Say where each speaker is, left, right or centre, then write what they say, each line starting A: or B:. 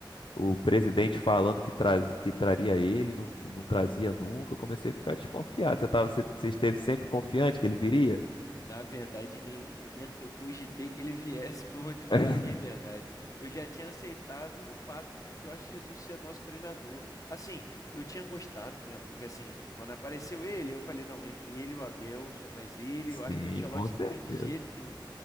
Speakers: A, on the left; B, on the left.
A: o presidente falando que, traz, que traria ele, não, não trazia nunca. Eu comecei a ficar desconfiado. Você tava, você, você esteve sempre confiante que ele viria?
B: Na verdade, em nenhum momento eu cogitei que ele viesse, <laughs> vou te falar
A: <laughs>
B: bem a verdade. Eu já tinha aceitado o fato de o Jorge Jesus ser nosso treinador. Assim, eu tinha gostado, né? Porque assim, quando apareceu ele, eu falei, não, entre ele e o Abel, só mais ele,
A: Sim,
B: eu acho que o Ancelotti
A: com certeza.
B: não vem de jeito nenhum,